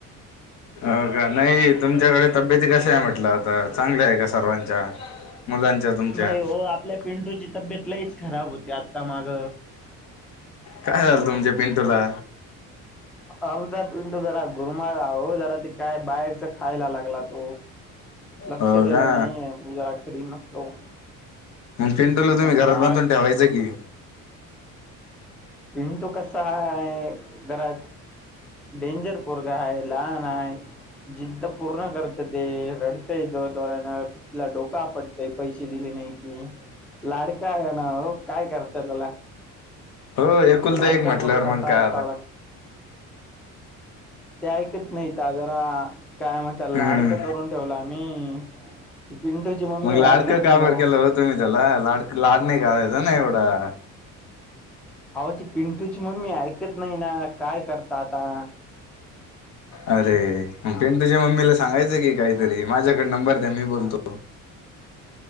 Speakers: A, on the left (about 60°); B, in the centre.
A: हो का नाही तुमच्याकडे तब्येती कशा आहे म्हटलं आता चांगल्या आहे का सर्वांच्या? मुलांच्या तुमच्या
B: नाही ओ आपल्या पिंटूची तब्येत लयीच खराब होती आता माग.
A: काय झालं तुमच्या पिंटूला?
B: आमचा पिंटू जरा गुरमाळला ओ जरा ते काय बाहेरचा खायला लागला तो. लक्ष
A: हो
B: द्याल
A: का
B: नाही मी जरा घरी नसतो.
A: मग पिंटूला तुम्ही
B: आणि
A: घरात
B: काय
A: बांधून ठेवायचं की.
B: पिंटू कसा हाय जरा डेंजर पोरग हाय लहान हाय. जिद्द पूर्ण करत ते रडतय जोर जोऱ्यान तिला डोक आपटतय पैसे दिले नाही की लाडका आहे ना हो काय करताय त्यला.
A: हो एकुलता
B: लाडक्या
A: एक म्हटल्यावर
B: पोरांचं आता
A: मग काय
B: ऐकावं लागत. ते ऐकत नाही त्या जरा काय म्हणत्यात लाडकं
A: हम्म
B: करून ठेवल आम्ही पिंटूची मम्मी
A: मग
B: ऐकत
A: लाडकं कावर
B: नाही ओ.
A: केलं हो तुम्ही त्याला लाड लाड नाही करायचं ना एवढा.
B: अहो ती पिंटूची मम्मी ऐकत नाही ना काय करता आता.
A: अरे मग पिंटूच्या मम्मीला सांगायचं की काहीतरी माझ्याकडे नंबर द्या मी बोलतो.